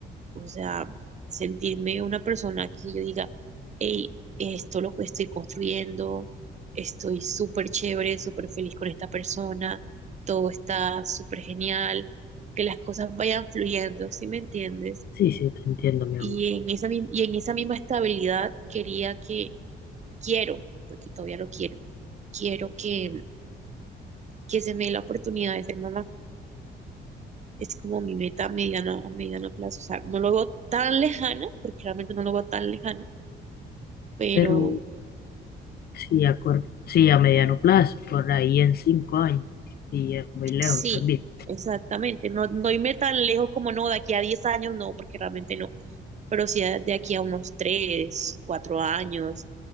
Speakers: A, on the right; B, on the left.
A: o sea, sentirme una persona que yo diga, hey, esto lo que estoy construyendo, estoy súper chévere, súper feliz con esta persona, todo está súper genial, que las cosas vayan fluyendo, ¿sí me entiendes?
B: Sí, sí, te entiendo, mi
A: y
B: amor.
A: en esa, mi- y en esa misma estabilidad quería que, quiero, porque todavía lo quiero, quiero que, que se me dé la oportunidad de ser mamá. Es como mi meta a mediano, a mediano plazo. O sea, no lo veo tan lejana, porque realmente no lo veo tan lejana, pero
B: Pero sí a, cor- sí, a mediano plazo, por ahí en cinco años. Y es muy lejos
A: sí,
B: también.
A: exactamente. No, no irme tan lejos como no, de aquí a 10 años, no, porque realmente no. pero si a- de aquí a unos tres, cuatro años,